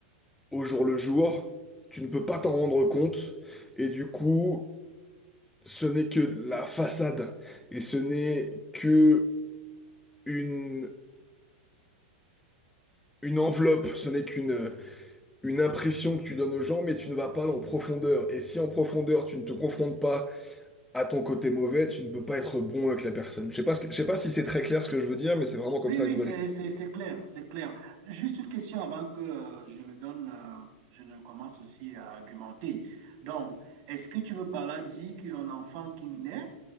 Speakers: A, in the centre; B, on the right (about 45°).
A: au jour le jour, tu ne peux pas t'en rendre compte et du coup, ce n'est que la façade et ce n'est que une, une enveloppe, ce n'est qu'une une impression que tu donnes aux gens, mais tu ne vas pas en profondeur. Et si en profondeur, tu ne te confrontes pas à ton côté mauvais, tu ne peux pas être bon avec la personne. Je sais pas ce que- je sais pas si c'est très clair ce que je veux dire, mais c'est vraiment comme
B: Oui,
A: ça
B: oui,
A: que je vois
B: c'est,
A: les...
B: c'est, c'est clair, c'est clair. Juste une question avant que euh, je ne donne, euh, je ne commence aussi à argumenter. Donc, est-ce que tu veux par là dire qu'un enfant qui naît,